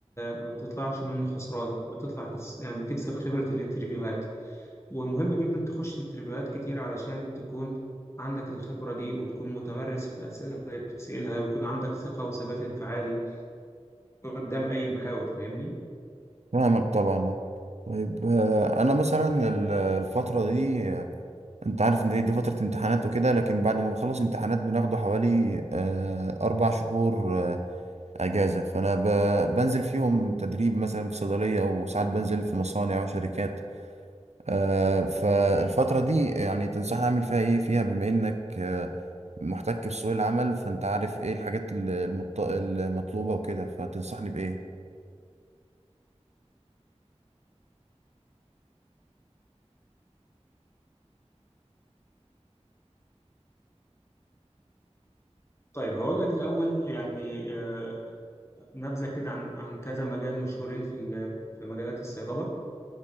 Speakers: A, on the left; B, on the right.
A: ما بتطلعش منه خسران بتطلع كس... يعني بتكسب خبرة الانترفيوهات ومهم جدا تخش انترفيوهات كتير علشان تكون عندك الخبرة دي وتكون متمرس في الأسئلة اللي بتسألها ويكون عندك ثقة وثبات انفعالي قدام أي محاور فاهمني؟
B: فاهمك طبعا آه. طيب آه، انا مثلا ال- الفترة دي انت عارف ان دي دي فترة امتحانات وكده لكن بعد ما بخلص امتحانات بناخده حوالي آه، اربع شهور آه، اجازة فانا ب- بنزل فيهم تدريب مثلا في صيدلية او ساعات بنزل في مصانع وشركات آه، فالفترة دي يعني تنصحني اعمل فيها ايه فيها بما انك آه، محتك في سوق العمل فانت عارف ايه الحاجات ال- المط- المطلوبة وكده فتنصحني بايه
A: طيب هقول لك الأول يعني آه، نبذة كده عن عن كذا مجال مشهورين في ال- في مجالات الصيدلة